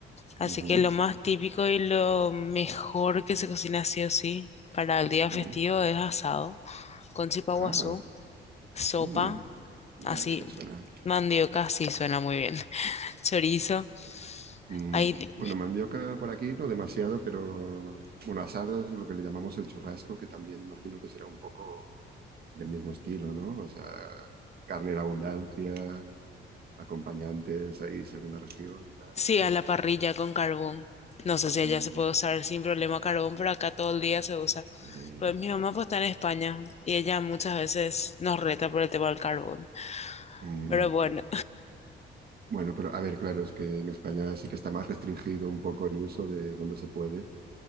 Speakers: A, on the left; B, on the right.
A: Así
B: Ujú,
A: que lo más típico y lo mejor que se cocina sí o sí para el día
B: mm.
A: festivo es asado, con chipaguazú,
B: Ah,
A: sopa,
B: mm,
A: así,
B: ya que bien suena.
A: mandioca, sí suena muy bien, <laughs> chorizo.
B: Mm,
A: Hay
B: Bueno, mandioca por aquí no demasiado, pero bueno, asado es lo que le llamamos el churrasco, que también imagino que será un poco del mismo estilo, ¿no? O sea, carne en abundancia, acompañantes ahí según la región y tal.
A: Sí,
B: <laughs>
A: a la parrilla con carbón. No sé si allá
B: Mm,
A: se puede usar sin problema carbón, pero acá todo el día se usa.
B: eh,
A: Pues mi mamá pues está en España y ella muchas veces nos reta por el tema del carbón.
B: mm,
A: Pero bueno,
B: bueno, pero a ver, claro, es que en España sí que está más restringido un poco el uso de donde se puede,